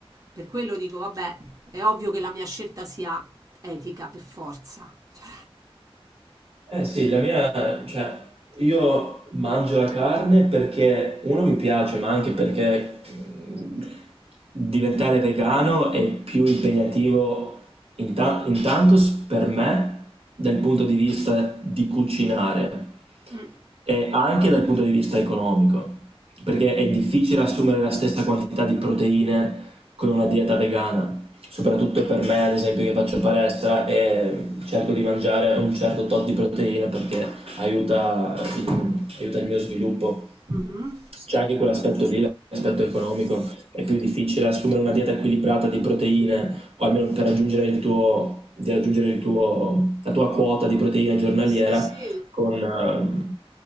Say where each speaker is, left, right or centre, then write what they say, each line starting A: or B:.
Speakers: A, on the right; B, on the right.
A: Per quello dico, vabbè, è ovvio che la mia scelta sia etica per forza. Cioè,
B: Eh sì, la mia, cioè, io mangio la carne perché uno mi piace, ma anche perché mh, diventare vegano è più impegnativo inta- intanto s- per me dal punto di vista di cucinare
A: Mh,
B: e anche dal punto di vista economico. perché è difficile assumere la stessa quantità di proteine con una dieta vegana, soprattutto per me, ad esempio, che faccio palestra e cerco di mangiare un certo tot di proteine perché aiuta, aiuta il mio sviluppo.
A: mh-mh.
B: C'è anche quell'aspetto lì, l'aspetto economico. È più difficile assumere una dieta equilibrata di proteine, o almeno per raggiungere il tuo, di raggiungere il tuo, la tua quota di proteine giornaliera
A: Sì, sì.
B: con, ehm,